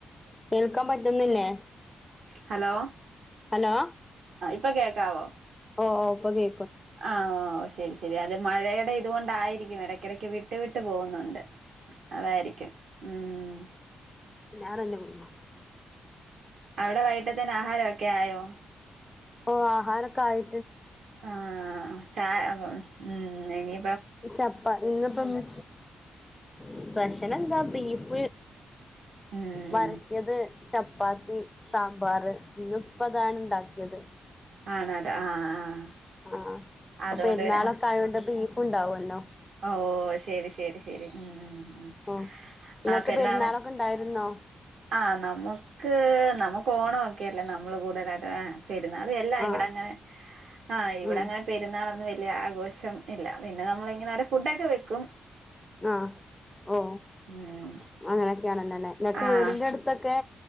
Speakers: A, on the left (about 25°); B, on the right (about 80°).
A: കേൾ ക്കാൻ പറ്റുന്നില്ലേ
B: ഹലോ
A: ഹലോ
B: ഇപ്പ കേക്കാവോ
A: ഓ ഓ പ്പ കേ
B: ആ ഹോ ശരി ശരി അത് മഴയുടെ ഇതുകൊണ്ടായിരിക്കും എടക്കെടയ്ക്ക് വിട്ട് വിട്ട് ട്ട് പോകുന്നുണ്ട് അതായിരിക്കും ഊം
A: ഞാൻ എന്റെ ഉമ്മമ്മ
B: അവടെ വൈകീട്ട ത്തേന് ആഹാരൊക്കെ ആയോ
A: ഓ ആഹാരൊക്ക ആയി
B: ആഹ് ചായ ഹ് ഹും ഇനി
A: ചപ്പ ഇന്നപ്പം മ് സ്പെഷലെന്താ ബീഫ്
B: ഉം
A: വരട്ടിയത് ചപ്പ് പ്പാത്തി സാമ്പാർ ഇന്ന് ഇപ്പ അതാ ഇ ണ്ടാക്കിയത്
B: ആണ ആ ആഹ്
A: ആഹ അപ്പൊ
B: അതുകൊണ്ട്
A: പെരുന്നാളൊക്കെ
B: പിന്നെ
A: ആയോണ്ട്പി ഫുണ്ടാവുവല്ലോ
B: ഓ ശരി ശരി ശരി ഉം
A: ഓ നിങ്ങൾക്ക്
B: ആ പെരുന്നാള
A: പെരുന്നാളൊക്കെ ഉണ്ടായിരുന്നോ
B: ആഹ നമുക്ക് നമു ഓണോക്കെല്ലേ നമ്മള് കൂടുതലായിട്ട് ആ പെരുന്നാൾല്ല
A: ആഹ്
B: ഇവിടെ അങ്ങനെ ആഹ് ഇവിടെ
A: ഉം
B: അങ്ങനെ പെരുന്നാളോന്ന് വ ആഘോഷം ഇല്ല പിന്നെ നമ്മള് ഇങ്ങന ഫുഡക്കെ വെക്കും
A: ആഹ ഓ
B: ഉം
A: അങ്ങനെയൊക്കെയാണെന്ലല്ലേ നിങ്ങക്ക്
B: ആഹ്
A: വീടിന്റെ അടുത്തൊക്കെ